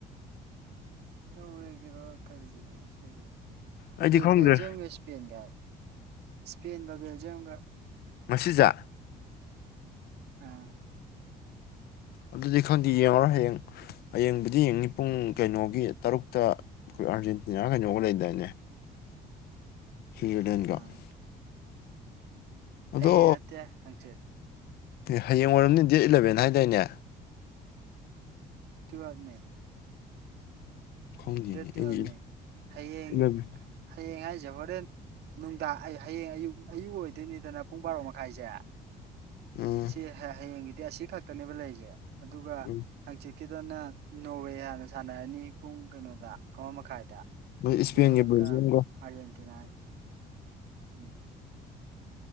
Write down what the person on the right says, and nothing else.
ꯅꯣꯔꯋꯦ ꯒꯤꯔꯣ ꯀꯔꯤꯒꯤꯅꯣ ꯁꯤꯕꯨ
ꯕꯦꯜꯖꯤꯌꯝꯒ ꯏꯁꯄꯦꯟꯒ ꯍꯥꯏꯕ ꯏꯁꯄꯦꯟꯒ ꯕꯦꯜꯖꯤꯝꯒ
ꯑꯥ
ꯑꯥ
ꯍꯌꯦꯡ ꯅꯠꯇꯦ ꯍꯪꯆꯤꯠ
ꯇꯨꯌꯦꯜꯞꯅꯦ
ꯗꯦꯠ ꯇꯨꯋꯦꯜꯚꯅꯦ
ꯍꯌꯦꯡ
ꯍꯌꯦꯡ ꯍꯥꯏꯁꯦ ꯍꯣꯔꯦꯟ ꯅꯨꯡꯗꯥꯡ ꯍꯌꯦꯡ ꯑꯌꯨꯛ ꯑꯌꯨꯛ ꯑꯣꯏꯗꯣꯏꯅꯤꯗꯅ ꯄꯨꯡ ꯕꯥꯔꯣ ꯃꯈꯥꯏꯁꯦ
ꯁꯤ ꯍꯌꯦꯡꯒꯤꯗꯤ ꯑꯁꯤ ꯈꯛꯇꯅꯦꯕ ꯂꯩꯔꯤꯖꯦ ꯑꯗꯨꯒ
ꯍꯪꯆꯤꯠꯀꯤꯗꯨꯅ ꯅꯣꯔꯋꯦ ꯍꯥꯟꯅ ꯁꯥꯟꯅꯔꯅꯤ ꯄꯨꯡ ꯀꯩꯅꯣꯗ ꯑꯃ ꯃꯈꯥꯏꯗ
ꯑꯗꯨ ꯂꯣꯢꯔꯒ
ꯑꯔꯖꯦꯟꯇꯤꯅꯥ ꯎꯝ